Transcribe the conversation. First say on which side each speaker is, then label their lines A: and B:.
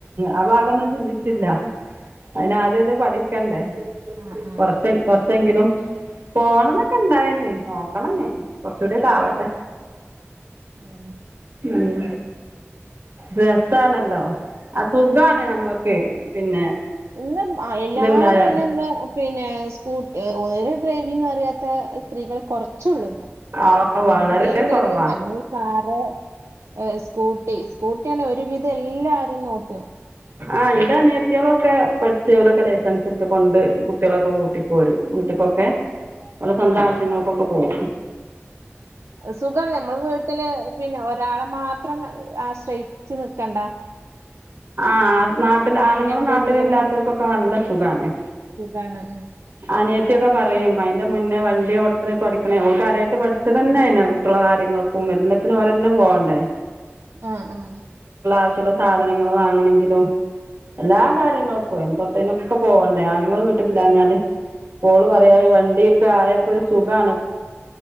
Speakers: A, on the right; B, on the right.
A: അ ഭാഗൊന്നും ചിന്തി ച്ചില്ല അയിന് ആദ്യ അത് പഠിക്കണ്ടേ
B: ആഹ് ആഹ്
A: കൊറച്ചെ കൊറച്ചെങ്കിലും പോണന്നക്കെ ഇണ്ടായിന് നോക്കണഞ്ഞി കുറച്ചൂടൊക്കെ ആവട്ടെ
B: ആഹ്
A: ഉം രസാണ ല്ലോ ആ സുഖാണ് ഞമ്മക്ക് പിന്നെ
B: ഇന്ന് എല്ലാരും
A: ഇത്ണ്ടായാല്
B: അയ്ന് ഇന്ന് പിന്നെ സ്കൂട്ടി ഒരു ഡ്രൈവിംഗ് അറിയാത്ത സ്ത്രീകൾ കുറച്ച്ള്ളുന്ന്
A: ആ വളരെ
B: എന്തേലൊരു
A: കൊറവാ
B: അല്ലെങ്കി കാറ് ഏസ്കൂട്ടി സ്കൂട്ടിയന്നെ ഒരുവിധം എല്ലാരുംനോട്ടാ
A: ആന്റെ അനിയത്തികളൊക്കെ പഠിച്ച് ഓലൊക്കെ ലൈസൻസ് എടുത്തു കൊണ്ട് കുട്ടികളൊക്കെ കൂട്ടിപ്പോരും വീട്ട് ക്കൊക്കെ ഓലെ സ്വന്തം
B: ആഹ്
A: ആവശ്യങ്ങൾക്കൊക്കെ
B: ആഹ്
A: പോകും
B: സുഖാണ് ഞമ്മള് വീട്ടില് പിന്നെ ഒരാളെ മാത്രം ആശ്രയി ച്ച് നിക്കണ്ടാ
A: ആ നാട്ടിൽ ആണുങ്ങള്
B: ഇണ്ട്ന്നുണ്ടെങ്കി
A: നാട്ടിലില്ലാത്തോൽക്കൊക്കെ നല്ല സുഖാനേ
B: സുഖാണ് ഉം
A: അനിയത്തിയൊക്കെ പറയും അയി ൻ്റെ മുന്നേ വണ്ടിഓട്ടി പഠിക്കണ ഓള് കാര്യയിട്ട് പഠിച്ചത് തന്നൊഅയിനാ കുട്ടിളെ കാര്യങ്ങൾക്കും എല്ലാത്തിനും ഓരന്നെ പോ പോണ്ടേ
B: ആആ
A: ആവശ്യല്ല സാധനങ്ങൾ വാങ്ങണെങ്കിലും എല്ലാ കാര്യങ്ങൾക്കും എ തൊട്ടേനൊക്കെ പോവണ്ടേ ആണ്ങ്ങൾ വീട്ടില്ലഞ്ഞാല് ഓള് പറയാ
B: ആഹ്
A: വണ്ടിയൊക്കെ ആയപ്പോ ഒരു സുഖാണ്